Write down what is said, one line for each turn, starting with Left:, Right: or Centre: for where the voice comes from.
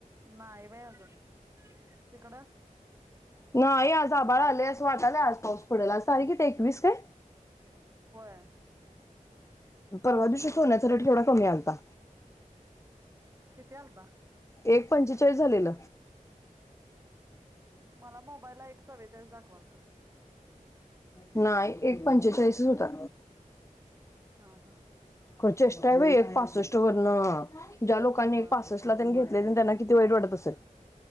Right: नाई बाई अजून तिकड
Left: नाही आज आबाळ आलेय अस वाटयालाय आज पाऊस पडेल आज तारीख किती एकवीस काय
Right: होय
Left: परवा दिवशी सोन्याचा रेट केवढा कमी आलता
Right: किती आलता?
Left: एक पंचेचाळीस झालेल
Right: माला मोबाईलला एक चौरेचाळीस दाखवालत
Left: नाई एक पंचेचाळीसच होता.
Right: हा हा
Left: काय चेष्टा आहे बाई एक पासष्ट वरन ज्या लोकांनी
Right: होय
Left: एक पासष्ट -ला घेतलेल त्यांना किती वाईट वाटत असेल.